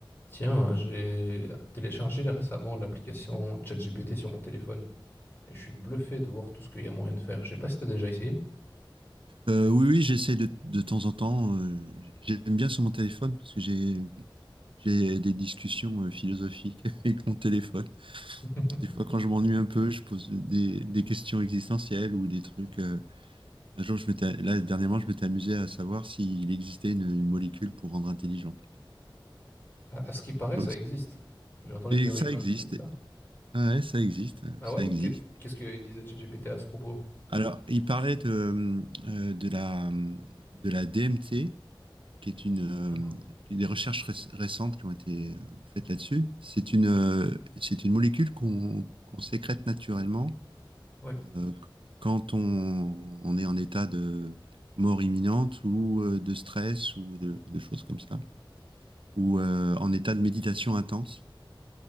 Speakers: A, on the left (about 25°); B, on the right (about 75°).
A: Tiens, j'ai téléchargé récemment l'application ChatGPT sur mon téléphone et je suis bluffé de voir tout ce qu'il y a moyen de faire. Je sais pas si t'as déjà essayé.
B: Euh, oui, oui, j'essaie de, de temps en temps. euh, j'aime bien sur mon téléphone parce que j'ai j'ai des discussions euh, philosophiques <laughs> avec mon téléphone.
A: <laughs>
B: Des fois, quand je m'ennuie un peu, je pose des, des questions existentielles ou des trucs. euh, un jour, je m'étais, là, dernièrement, je m'étais amusé à savoir s'il existait une, une molécule pour rendre intelligent.
A: À, à ce qui paraît,
B: Donc,
A: ça existe. J'ai entendu
B: et
A: des rumeurs
B: ça existe.
A: qui disaient ça.
B: Ouais, ça existe.
A: Ah
B: Ça
A: ouais?
B: existe.
A: Que- Qu'est-ce que disait ChatGPT à ce propos?
B: Alors, il parlait de, euh, de la, de la DMT. qui est une euh,
A: Ah, hein.
B: des recherches réc- récentes qui ont été euh, faites là-dessus. C'est une euh, c'est une molécule qu'on qu'on sécrète naturellement
A: ouais.
B: euh, quand on, on est en état de mort imminente ou euh, de stress ou de, de choses comme ça, ou euh, en état de méditation intense.